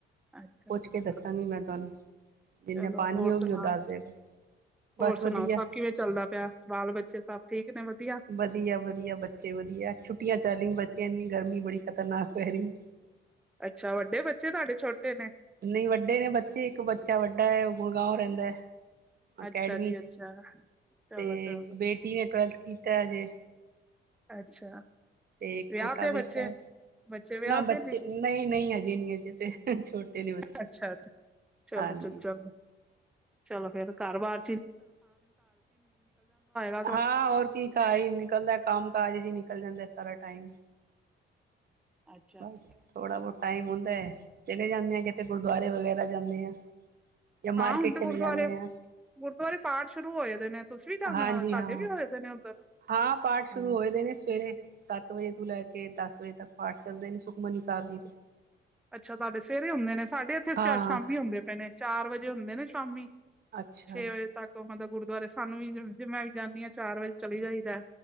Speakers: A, in the centre; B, on the right.
A: ਅੱਛਾ
B: ਪੁੱਛ
A: ਅੱਛਾ
B: ਕੇ ਦੱਸਾਂਗੀ ਮੈਂ ਤੁਆਨੂੰ ਜਿੰਨੇ
A: ਚਲੋ
B: ਪਾਨੀ
A: ਹੋਰ
B: ਔਵੀ
A: ਸੁਣਾਓ
B: ਔ ਦੱਸ ਦੇਗਾ। ਬਸ
A: ਹੋਰ ਸੁਣਾਔ
B: ਵਧੀਆ
A: ਸਭ ਕਿਵੇਂ ਚੱਲਦਾ ਪਿਐ, ਬਾਲ-ਬੱਚੇ ਸਭ ਠੀਕ ਨੇ, ਵਧੀਆ?
B: ਵਧੀਆ, ਵਧੀਆ ਬੱਚੇ ਵਧੀਆ। ਛੁੱਟੀਆਂ ਚੱਲ ਰੀ ਬੱਚਿਆਂ ਦੀ ਗਰਮੀ ਬੜੀ ਖਤਰਨਾਕ ਪੈ ਰਹੀ
A: ਅੱਛਾ, ਵੱਡੇ ਬੱਚੇ ਤੁਆਡੇ ਛੋਟੇ ਨੇ?
B: ਨਈ ਵੱਡੇ ਨੇ ਬੱਚੇ। ਇੱਕ ਬੱਚਾ ਵੱਡਾ ਐ ਔ ਗੁੜਗਾਉ ਰੈਂਦੈ ਅਕੈਡਮੀ
A: ਅੱਛਾ ਜੀ
B: 'ਚ
A: ਅੱਛਾ ਚਲੋ
B: ਤੇ
A: ਚਲੋ
B: ਬੇਟੀ ਨੇ ਟਵੈਲਥ ਕੀਤੈ ਹਜੇ।
A: ਅੱਛਾ,
B: ਤੇ ਇੱਕ
A: ਵਿਆਹ
B: ਛੋਟਾ
A: ਤੇ
B: ਬੇਟਾ
A: ਬੱਚੇ?
B: ਹੈ
A: ਬੱਚੇ ਵਿਆਹ
B: ਨਾ ਬੱਚੇ
A: ਤੇ ਨਹੀਂ?
B: ਨਹੀਂ- ਨਹੀਂ, ਅਜੇ ਨਹੀਂ ਅਜੇ ਤੇ ਛੋਟੇ, ਨੇ ਬੱਚੇ
A: ਅੱਛਾ -ਅੱਛਾ, ਚੱਲੋ
B: ਹਾਂਜੀ
A: ਚ ਚੱਲੋ। ਚਲੋ ਫੇਰ, ਘਰ ਵਾਰ <unintelligible> <unintelligible>
B: ਹਾਂ, ਹੋਰ ਕੀ, ਘਾਰ ਹੀ ਨਿਕਲਦਾ, ਕੰਮ ਕਾਜ ਚ ਹੀ ਨਿਕਲ ਜਾਂਦਾ ਸਾਰਾ ਟਾਈਮ।
A: ਅੱਛਾ
B: ਬਸ,
A: ਅੱਛਾ
B: ਥੋੜ੍ਹਾ ਬਹੁਤ ਟਾਈਮ ਹੁੰਦਾ ਹੈ, ਚਲੇ ਜਾਂਦੇ ਆ, ਕਿਤੇ ਗੁਰਦੁਆਰੇ ਵਗੈਰਾ ਜਾਂਦੇ ਆ। ਜਾਂ,, ਮਾਰਕੀਟ
A: ਹਾਂ ਹੁਣ ਤੇ
B: ਚਲੇ
A: ਗੁਰਦੁਆਰੇ
B: ਜਾਂਦੇ ਆ।
A: ਗੁਰਦੁਆਰੇ ਪਾਠ ਸ਼ੁਰੂ ਹੋਏ ਦੇ ਨੇ, ਤੁਸੀਂ ਵੀ ਜਾਣਾ,
B: ਹਾਂਜੀ
A: ਸਾਡੇ
B: ਹਾਂ
A: ਵੀ ਹੋਏ ਪਏ ਨੇ ਉੱਧਰ?
B: ਹਾਂ, ਪਾਠ ਸ਼ੁਰੂ
A: ਹਾਂ
B: ਹੋਏ ਦੇ ਨੇ, ਸਵੇਰੇ। ਸੱਤ ਵਜੇ, ਤੋਂ ਲੈ ਕੇ ਦੱਸ ਵਜੇ ਤੱਕ, ਪਾਠ ਚੱਲਦੇ ਨੇ, ਸੁਖਮਨੀ ਸਾਹਿਬ ਜੀ ਦੇ।
A: ਅੱਛਾ, ਤੁਹਾਡੇ ਸਵੇਰੇ ਹੁੰਦੇ ਨੇ, ਸਾਡੇ ਇੱਥੇ
B: ਹਾਂ
A: ਸ਼ਾਮੀ ਹੁੰਦੇ ਪਏ ਨੇ, ਚਾਰ ਵਜੇ ਹੁੰਦੇ ਨੇ ਸ਼ਾਮੀ।
B: ਅੱਛਾ
A: ਛੇ ਵਜੇ ਤੱਕ, ਮਤਲਬ ਗੁਰਦੁਆਰੇ ਸਾਨੂੰ ਵੀ, ਜਿਵੇਂ ਵੀ ਜਾਂਦੀ ਹਾਂ, ਚਾਰ ਵਜੇ ਚਲੀ ਜਾਈਦਾ।